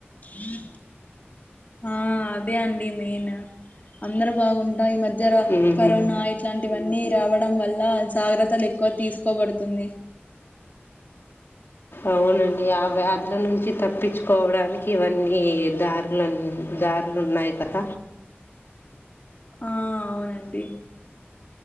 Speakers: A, on the left; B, on the left.
A: హ హ ఆ అదే అండి మెయిన్ అందరు బాగుంటా ఈ మ జరా
B: ఉమ్.
A: కరోనా ఇట్లాంటివన్నీ రావ డం వల్ల జాగ్రత్తలు ఎక్కువ తీసుకోబడుతుంది
B: అవునండి ఆ వ్యాధుల నుంచి తప్పించుకోవడానికి ఇవన్నీ దారుల దారులున్నాయి కథ
A: ఆ అవునండి